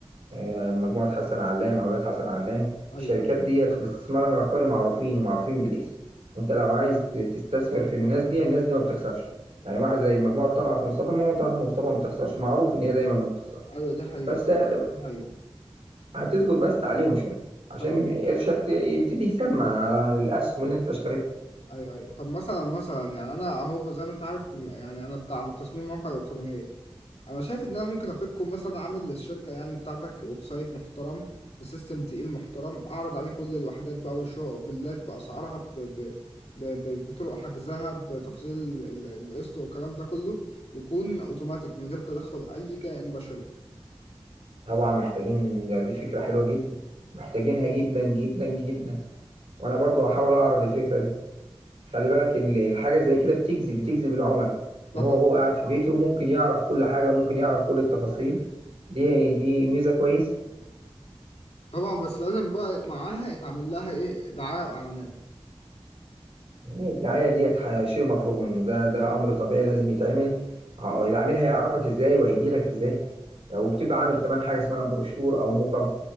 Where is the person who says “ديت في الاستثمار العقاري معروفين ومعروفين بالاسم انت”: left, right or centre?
Right